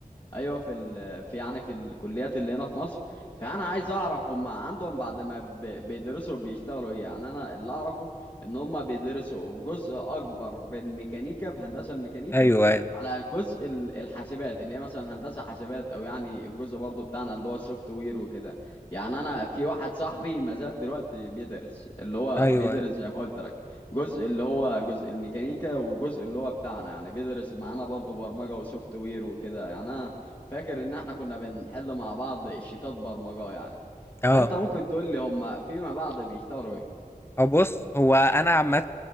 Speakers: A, on the left; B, on the left.
A: ايوه في ال... في يعني في الكليات اللي هنا في مصر فانا عايز اعرف هم عندهم بعد ما ب... بيدرسوا بيشتغلوا ايه يعني انا اللي اعرفه ان هم بيدرسوا جزء اكبر بالميكانيكا بهندسه الميكانيكا
B: ايوه ايوه
A: على جزء ال- الحاسبات اللي هي مثلا هندسه حاسبات او يعني الجزء برضه بتاعنا اللي هو السوفت وير وكده يعني انا في واحد صاحبي ما زال دلوقتي بيدرس اللي هو
B: ايوه
A: بيدرس
B: ايوه
A: زي ما قلت لك جزء اللي هو جزء الميكانيكا وجزء اللي هو بتاعنا يعني بيدرس معانا برضه برمجه وسوفت وير وكده يعني انا فاكر ان احنا كنا بنحل مع بعض شيتات برمجة يعني فانت
B: اه
A: ممكن تقول لي هما فيما بعد بيشتغلوا ايه
B: هو بص هو انا عامه